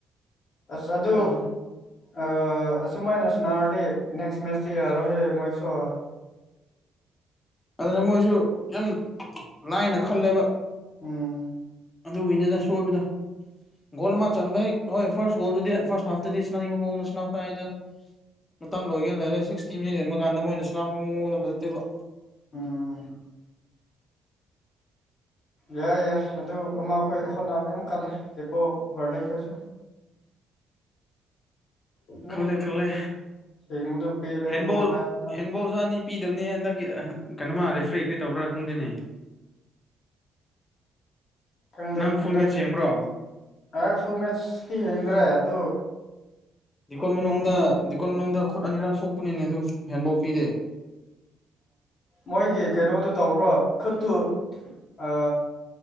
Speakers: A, on the left (about 55°); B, on the left (about 20°).
A: ꯑꯁ ꯑꯗꯨ
B: ꯀꯔꯤ ꯇꯧꯕ꯭ꯔꯣ
A: ꯑ ꯑꯁꯨꯨꯝꯃꯥꯏꯅ ꯁꯅꯔꯗꯤ ꯅꯦꯛꯁ ꯃꯦꯠꯇꯤ ꯌꯥꯔꯣꯏꯍꯦ ꯃꯣꯏꯁꯨ
B: ꯑꯗꯨꯅ ꯃꯣꯏꯁꯨ ꯌꯥꯝ ꯂꯥꯏꯅ ꯈꯜꯂꯦꯕ
A: ꯎꯝ
B: ꯑꯗꯨꯒꯤꯅꯤꯗ ꯁꯣꯏꯕꯗꯣ ꯒꯣꯜ ꯑꯃ ꯆꯟꯕ ꯍꯦꯛ ꯍꯣꯏ ꯐꯥꯔꯁ ꯒꯣꯜꯗꯨꯗꯤ ꯐꯥꯔꯁ ꯍꯥꯐꯇꯗꯤ ꯁꯅꯥꯅꯤꯡꯉꯕꯅꯥꯎ ꯀꯥꯏꯗꯣ ꯃꯇꯝ ꯂꯣꯏꯒꯦꯅ ꯂꯩꯔꯦ ꯁꯤꯛꯁꯇꯤꯁꯤ ꯁꯦꯝꯟꯕ ꯀꯥꯟꯗ ꯃꯣꯏꯅꯁꯨꯅꯥꯕ ꯃꯑꯣꯡꯗ ꯐꯖꯠꯇꯦꯕ
A: ꯎꯝ ꯌꯥꯏ ꯌꯥꯏ ꯑꯗꯨ ꯑꯃ ꯑꯩꯈꯣꯏ ꯍꯣꯠꯅꯥꯕ ꯌꯥꯝ ꯀꯜꯂꯦ ꯀꯦꯄꯣ ꯕꯥꯔꯗꯦ ꯈꯣꯏꯁꯨ ꯑꯗꯨꯝ
B: ꯈꯜꯂꯦ ꯈꯜꯂꯦ
A: ꯌꯦꯡꯕꯗꯨ ꯄꯦꯜꯂꯦꯕ
B: ꯍꯦꯟꯕꯣꯜ
A: ꯅꯨꯡꯉꯥꯏꯕ ꯃꯥꯅ
B: ꯍꯦꯟꯕꯣꯜꯁꯨ ꯑꯅꯤ ꯄꯤꯗꯕꯅꯦ ꯍꯟꯗꯛꯀꯤ ꯀꯩꯅꯣꯃ ꯔꯦꯐ꯭ꯔꯤ ꯀꯔꯤ ꯇꯧꯕ꯭ꯔꯥ ꯈꯪꯗꯦꯅꯦ
A: ꯈꯪꯗꯦ
B: ꯅꯪ
A: ꯍꯟꯗꯛꯀꯤ
B: ꯐꯨꯜ ꯃꯦꯠꯆ ꯌꯦꯡꯕ꯭ꯔꯣ
A: ꯑꯦ ꯐꯨꯜ ꯃꯦꯠꯁꯇꯤ ꯍꯤꯡꯗ꯭ꯔꯦ ꯑꯗꯨ
B: ꯗꯤꯀꯣꯟ ꯃꯅꯨꯡꯗ
A: ꯄꯨꯡ
B: ꯗꯤꯀꯣꯟ ꯃꯅꯨꯡꯗ ꯈꯨꯠ ꯑꯅꯤꯔꯛ ꯁꯣꯛꯄꯅꯤꯅꯦ ꯑꯗꯨ ꯍꯦꯟꯕꯣꯜ ꯄꯤꯔꯦ
A: ꯃꯣꯏꯒꯤ ꯀꯩꯅꯣꯗꯨ ꯇꯧꯕ꯭ꯔꯣ ꯈꯨꯠꯇꯨ ꯑ